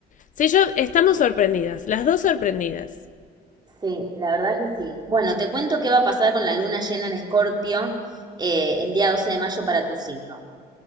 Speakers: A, on the left; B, on the right.
A: Sí, yo estamos sorprendidas, las dos sorprendidas.
B: Sí, la verdad que sí. Bueno, te cuento qué va a pasar con la luna llena en Escorpio eh, el día 12 de mayo para tu signo.